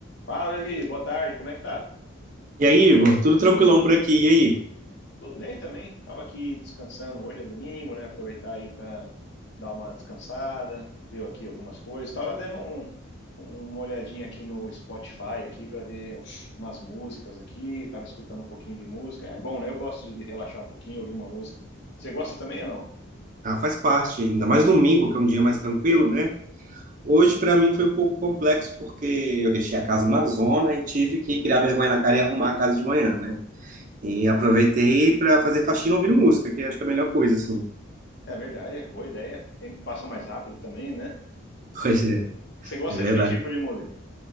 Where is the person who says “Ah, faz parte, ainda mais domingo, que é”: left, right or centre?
Right